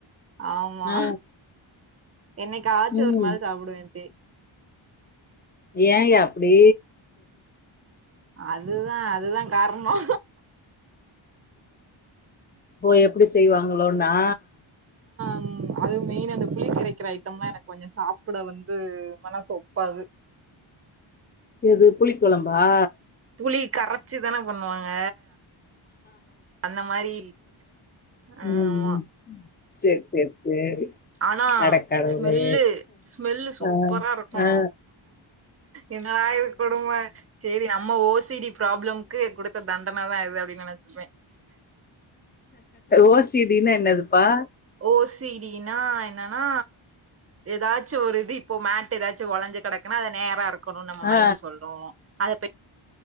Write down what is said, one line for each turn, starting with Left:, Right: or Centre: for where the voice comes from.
Right: ஆமா
Left: ஆ
Right: என்னைக்காச்சு
Left: ம்
Right: ஒரு நாள் சாப்டுவே அத்தே
Left: ஏயா அப்டி
Right: அதுதா அதுதா கார்னோ
Left: ஓ எப்டி செய்வாங்ளோன்னா
Right: ம் அது மெய்ன் அந்த புளி கரைக்குற ஐட்டம்லா எனக்கு கொஞ்சோ சாப்புட வந்து மனசு ஒப்பாது
Left: எது புளி கொழம்பா
Right: புளி கரச்சி தான பண்ணுவாங்க அந்த மாரி ஆமா
Left: ம் ம் செர் செர் சேரி
Right: ஆனா
Left: அடக்கடவுளே
Right: ஸ்மெல்லு ஸ்மெல்லு சூப்பரா
Left: அ
Right: இருக்கு
Left: அ
Right: என்னடா இது கொடும சேரி நம்ம ஓ சி டி ப்ராப்ளம்க்கு குடுத்த தண்டன தா இது அப்டின் நெனச்சுப்பே
Left: ஓ சி டி னா என்னதுப்பா
Right: ஓ சி டி னா என்னனா எதாச்சு ஒரு இது இப்போ மேட் எதாச்சு ஒளஞ்சு கெடக்குனா அது நேரா இருக் கணுன் நம்ம
Left: ஆ
Right: மைண்ட் சொல்லு அத போய்